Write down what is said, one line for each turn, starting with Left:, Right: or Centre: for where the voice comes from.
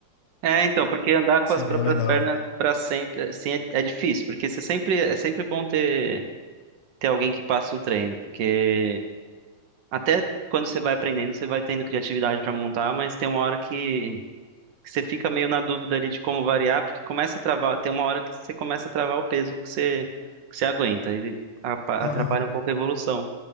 Right: É, então, porque andar com
Left: Seria
Right: as próprias
Left: legal.
Right: pernas pra sempre, assim, é, é difícil, porque você sempre é sempre bom ter ter alguém que passe um treino, porque até quando você vai aprendendo, você vai tendo criatividade pra montar, mas tem uma hora que que você fica meio na dúvida ali de como variar, porque começa a travar, tem uma hora que você começa a travar o peso que você, que você aguenta, e apa-
Left: Aham.
Right: atrapalha um pouco a evolução.